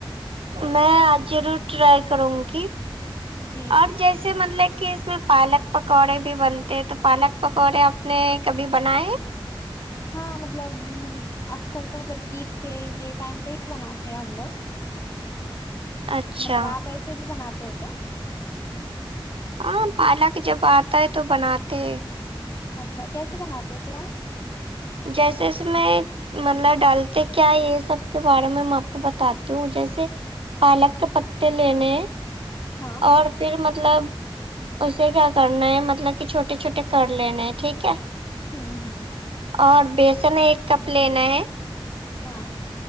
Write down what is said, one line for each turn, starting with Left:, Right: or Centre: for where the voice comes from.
Right: میں آج ضرور ٹرائی کروں گی
Left: جی
Right: اور
Left: جی
Right: جیسے چہ مطلب کہ اس میں پالک پکوڑے بھی بنتے ہیں تو پالک پکوڑے آپ اپ نے کبھی بنائے ہے
Left: ہاں مطلب اکثر توجب عید کے یہ ٹائم پہ ہی بناتے ہیں ہم لوگ
Right: اچھا
Left: مطلب آپ ایسے بھی بناتے ہو کیا
Right: ہاں پالک جب آتا ہے تو بناتے
Left: اچھا کیسے بناتے ہو پھر اپ
Right: جیسے اس میں مطلب ڈالتے کیا یہ سب کے بارے میں آپ کو بتاتی ہوں جیسے پالک کے پتے لینے ہے
Left: ہاں
Right: اور پھر مطلب اسے کیا کرنا ہے مطلب کہ چھوٹے چھوٹے کر لینے ہیں ٹھیک ہے
Left: ھمم ھمم
Right: اور بیسن ایک کپ لینا ہے
Left: ہاں